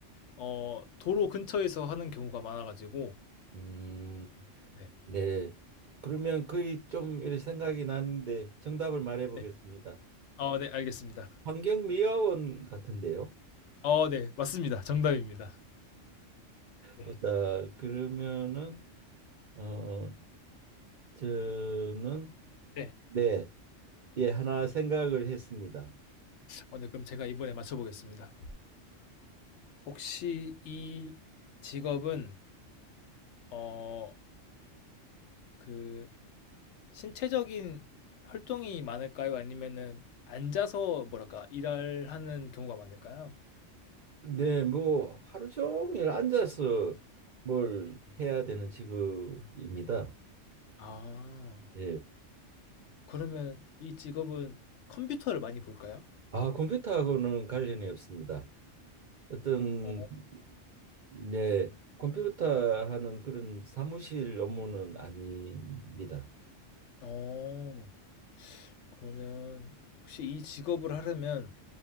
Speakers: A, on the left; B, on the right.
A: 어, 도로 근처에서 하는 경우가 많아가지고,
B: 음,
A: 네.
B: 네. 그러면 거의 좀 이렇게 생각이 나는데 정답을 말해 보겠습니다.
A: 네. 어, 네, 알겠습니다.
B: 환경미화원 같은데요.
A: 어, 네, 맞습니다. 정답입니다. 네.
B: 보자. 그러면은 어 저는
A: 네.
B: 네. 예, 하나 생각을 했습니다.
A: 어, 네, 그럼 제가 이번에 맞춰보겠습니다. 혹시 이 직업은 어, 그 신체적인 활동이 많을까요? 아니면은 앉아서 뭐랄까 일하는 경우가 많을까요?
B: 네, 뭐 하루 종일 앉아서 뭘 해야 되는 직업입니다.
A: 아,
B: 예.
A: 그러면 이 직업은 컴퓨터를 많이 볼까요?
B: 아, 컴퓨터하고는 관련이 없습니다. 어떤
A: 어,
B: 네, 컴퓨터 하는 그런 사무실 업무는 아닙니다.
A: 어, 그러면 혹시 이 직업을 하려면